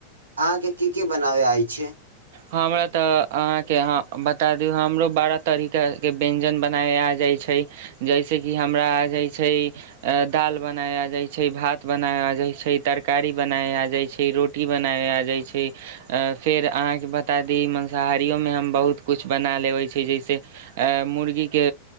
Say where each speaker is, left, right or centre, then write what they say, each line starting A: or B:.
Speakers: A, on the right (about 70°); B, on the right (about 50°).
A: अहाँके की-की बनाबे आबैय छियै
B: हमरा त अहाँके बता दु हमरो बारह तरीका के व्यंजन बनाबे आ जाय छै, जैसेकि हमरा आ जाय छै दाल बनाबे आ जाइ छै, भात बनाबे आ जाइ छै तरकारी बनाबे आ जाइ छै रोटी बनाबे आ जाइ छै, फेर अहाँ के बता दी मांसाहारियोमे हम बहुत किछु बना लेबैय छियै, जैसे मुर्गीके